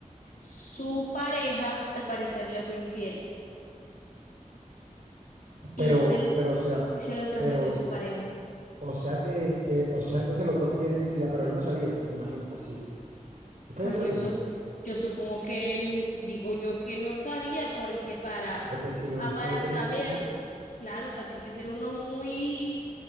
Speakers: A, on the left; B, on the right.
A: Su pareja, al parecer, le fue infiel y
B: Pero,
A: se,
B: pero, o sea,
A: y se lo transmitió
B: pero,
A: a su pareja.
B: o sea que, que, o sea, entonces los dos tienen SIDA, pero él no sabía, me imagino, o sí. Él sabía
A: Pues
B: que lo
A: yo,
B: tenía,
A: sup- yo supongo que él, digo yo que no sabía, porque para,
B: porque si lo
A: a
B: hizo,
A: para
B: tiene
A: saber,
B: que ser,
A: claro, o sea, tiene que ser uno muy